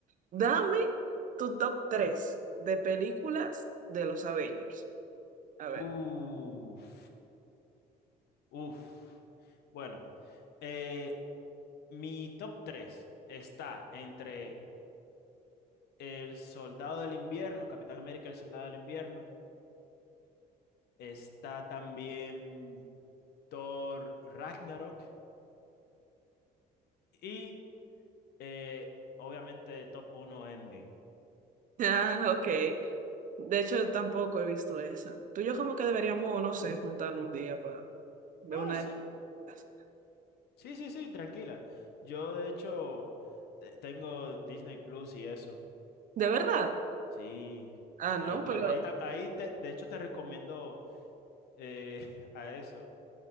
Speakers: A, on the right; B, on the left.
A: Dame tu top 3 de películas de los Avengers. A ver.
B: Uf,
A: <laughs>
B: uf. Bueno, eh, mi top 3 está entre El Soldado del Invierno, Capitán América, El Soldado del Invierno. Está también Thor Ragnarok y eh, obviamente top uno Endgame.
A: Ah, ok. De hecho, tampoco he visto esa. Tú y yo como que deberíamos, no sé, juntarnos un día para ver
B: Ah,
A: una
B: sí,
A: de esas.
B: sí, sí, sí, tranquila. Yo de hecho te- tengo Disney Plus y eso.
A: ¿De verdad?
B: Sí,
A: Ah,
B: ahí,
A: no,
B: pue-
A: pero...
B: ahí, ta- ahí de, de hecho te recomiendo eh, <laughs> a eso,